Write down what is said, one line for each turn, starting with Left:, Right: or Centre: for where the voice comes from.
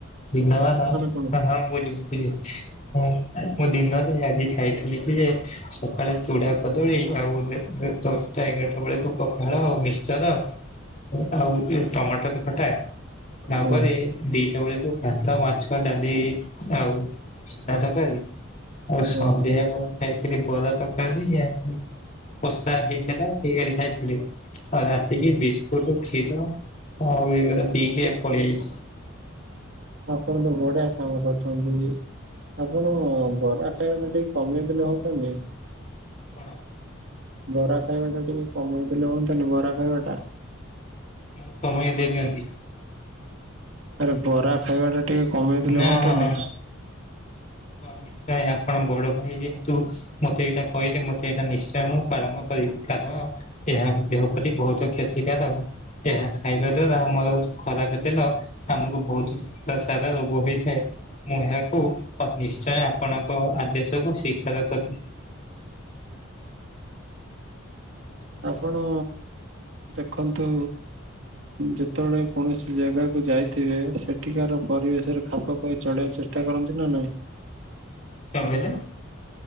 Left: ଦିନମାନ
Right: କଣ ଖାଆନ୍ତି?
Left: ହଁ ହଁ ବୁଝିଲି ବୁଝିଲି ମୁଁ ଦିନ ରେ ଆଜି ଖାଇଥିଲି କି ଯେ ସକାଳେ ଚୁଡା କଦଳୀ ଆଉ ଦଶଟା ଏଗାରଟା ବେଳକୁ ପଖାଳ ଆଉ ମିକ୍ସଚର ଆଉ ଗୋଟେ ଟମାଟର ଖଟା
Right: ହଁ
Left: ତାପରେ ଦିଟା ବେଳକୁ ଭାତ, ମାଛ, ଡାଲି ଆଉ ଛେନା ତରକାରୀ ଆଉ ସନ୍ଧ୍ୟା
Right: ହଁ
Left: ବେଳେ ଖାଇଥିଲି ବରା ତରକାରୀ ଆଉ କଷା ହେଇଥିଲା ଟିକେ ଆଣି ଖାଇଥିଲି ଆଉ ରାତିକି ବିସ୍କୁଟ ଖୀର ଆଉ ଏଇ ଗୁଡାକ ପିଇକି ପଳିଆଇଚି।
Right: ଆପଣ ତ ବଢିଆ କାମ କରୁଛନ୍ତି। ଆପଣ ବରା ଖାଇବା ଟା ଟିକେ କମେଇଦଲେ ହୁଅନ୍ତାନି।
Left: କଣ?
Right: ବରା ଖାଇବା ଟା ଟିକେ କମେଇ ଦେଲେ ହୁଅନ୍ତାନି ବରା ଖାଇବା ଟା?
Left: ମୁଁ ସମୟ ଦେଇ ଦିଅନ୍ତି।
Right: ଆରେ ବରା ଖାଇବା ଟା ଟିକେ କମେଇ ଦେଲେ
Left: ନା
Right: ହୁଅନ୍ତାନି
Left: ହଁ ହିଁ ହଁ ନିଶ୍ଚୟ। ବଡ ଭାଇ ଯେହେତୁ ମତେ ଏଇଟା କହିଲେ ମତେ ଏଇଟା ନିଶ୍ଚୟ ମୁଁ ପାଳନ କରିବି କାରଣ ଏହା ଦେହ ପ୍ରତି ବହୁତ କ୍ଷତିକାରକ, ଏହା ଖାଇବା ଦ୍ଵାରା ଆମର ଖରାପ ତେଲ ଆମକୁ ବହୁତ ସାର ରୋଗ ହୋଇଥାଏ ମୁଁ ଏହାକୁ ଅ ନିଶ୍ଚୟ ଆପଣଙ୍କ ଆଦେଶକୁ ସ୍ୱୀକାର କରିଲି।
Right: ଆପଣ ଦେଖନ୍ତୁ ଯେତେବେଳେ କୌଣସି ଜାଗାକୁ ଯାଇଥିବେ ସେଠିକାର ପରିବେଶରେ ଖାପ ଖୁଆଇ ଚଳିବାକୁ ଚେଷ୍ଟା ପିଠା କରନ୍ତି ନା ନାଇଁ?
Left: କଣ କହିଲେ?